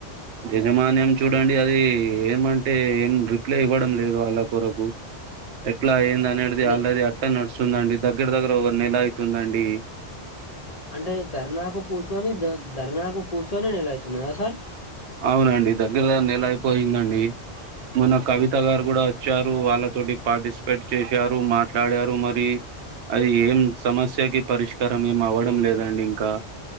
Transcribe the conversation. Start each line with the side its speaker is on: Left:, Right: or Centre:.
Right: యజమాన్యం చూడండి అది ఏమంటే ఏం రిప్లై ఇవ్వడం లేదు అలా కొరకు ఎట్లా అనేది
Left: అంటే
Right: ఆల్రెడీ అట్టా నడుస్తుందండి దగ్గర దగ్గర ఒక నెల అవుతుందండి
Left: అంటే ధర్నాకు కూర్చొని ధర్నాకు కూర్చొని నలవుతున్నాదా సార్
Right: అవునండి దగ్గర నెల అయిపోయిందండి మొన్న కవిత గారు కూడా వచ్చారు వాళ్ళతోటి పార్టిసిపేట్ చేశారు మాట్లాడారు మరి అది ఏం సమస్యకి పరిష్కారం ఏం అవ్వడం లేదండి ఇంకా